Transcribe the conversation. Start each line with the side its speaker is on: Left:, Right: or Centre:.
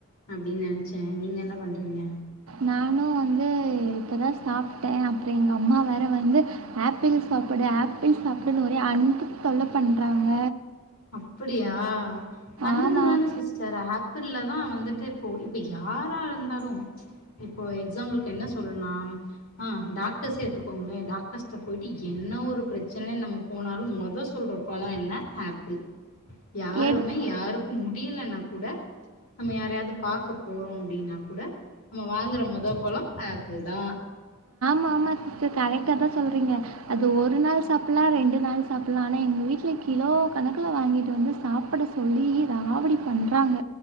Left: அப்படின்னு நனச்ச நீங்க என்ன பண்றீங்க
Right: நானு வந்து ம் இப்பதா சாப்ட்டே அப்புறம் எங்க அம்மா வேற வந்து ஆப்பிள் சாப்புடு ஆப்பிள் சாப்புடுனு ஒரே அன்புத் தொல்ல பண்றாங்க
Left: அப்படியா நல்லதுதானே
Right: ஆமாம்
Left: சிஸ்டர் ஆப் பிள்லதா வந்துட்டு இப்போ இப்ப யாரா இருந்தாலு இப்போ எக்ஸாம்பிள்க்கு என்ன சொல்லணுன்னா ஆ டாக்டர்ஸே எடுத்துக்கோங்களே டாக்டர்ஸ்ட்ட போயிட்டு என் என்ன ஒரு பிரச்சன நம்ம போனாலும் மொதோ சொல்ற பழம் என்ன ஆப் பிள் யாருமே
Right: எடுத்து
Left: யாருக்கும் முடியலன்னா கூட நம்ம யாரையாவது பாக்கப் போறோம் அப்டின்னா கூட நம்ம வாங்குற மொதோ பழம் ஆப்பிள்தா
Right: ஆமா ஆமா சிஸ்டர் கரெக்டாதா சொல்றீங்க அது ஒரு நாள் சாப்புலா ரெண்டு நாள் சாப்புலா ஆனா எங்க வீட்ல கிலோ கணுக்குல வாங்கிட்டு வந்து சாப்புட சொல்லி ராவடி பண்றாங்க